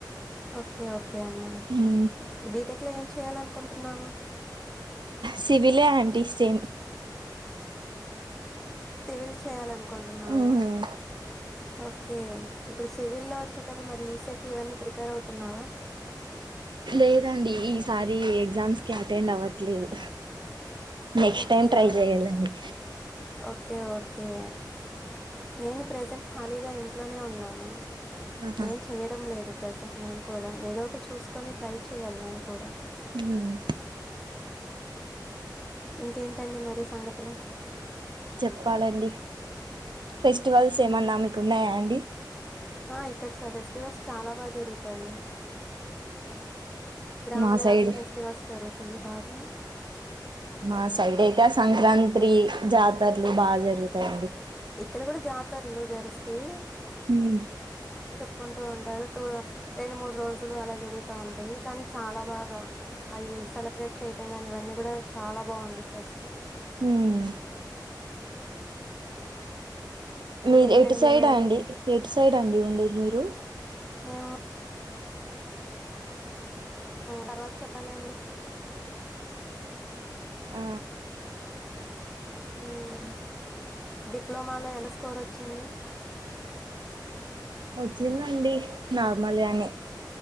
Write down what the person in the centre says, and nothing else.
ఓకే ఓకే అమ్మ
బీటెక్ లో ఏం చేయ్యాలనుకుంటున్నావు
సివిల్ చేయాలనుకుంటున్నావు
ఓకే ఇప్పుడు సివిల్ లో వచ్చేటండి మరి ఈ సెట్ ఇవన్నీ ప్రిపేర్ అవుతున్నావా
ఓకే
ఓ-
ఓకే ఓకే రా నేను ప్రెజెంట్ ఖాళీగా ఇంట్లోనే ఉన్నాను
ఏం చెయ్యడం లేదు ప్రజెంట్ నేను కూడా ఏదోటి చూసుకొని ట్రై చెయాలి నేను కూడా
ఇంకేంటండి మరి సంగతులు
ఆ ఇక్కడ చ ఫెస్టివల్స్ చాలా బాగా జరుగుతాయి ఏమో గ్రామ
దేవతల
ఫెస్టివల్స్ జరుగుతాయి బాగా
ఇక్కడ కూడా జాతరలు జరుస్తాయ
కుంటూ ఉంటారు టూ రెండు మూడు రోజులు అలా జరుగుతా ఉంటాయి కానీ చాలా బాగా అవి సెలబ్రేట్ చేయటం గాని ఇవన్నీ కూడా చాలా బావుండద్ది అసలు
ఇంకేంటండి
మరి?
మేము తర్వాత చొప్పలండి
మ్మ్ డిప్లొమాలో ఎంత స్కోర్ వచ్చింది